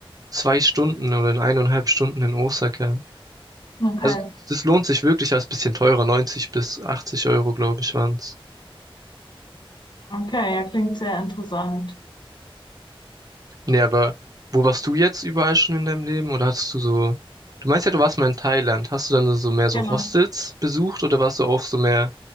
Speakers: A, on the right; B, on the left.
A: zwei Stunden oder in eineinhalb Stunden in Osaka.
B: okay.
A: Also, das lohnt sich wirklich, als bisschen teurer. 90 bis 80 Euro, glaube ich, waren's.
B: Okay, ja, klingt sehr interessant.
A: Nee, aber wo warst du jetzt überall schon in deinem Leben? Oder hattest du so. Du meinst ja, du warst mal in Thailand. Hast du dann so so mehr so
B: Genau.
A: Hostels besucht oder warst du auch so mehr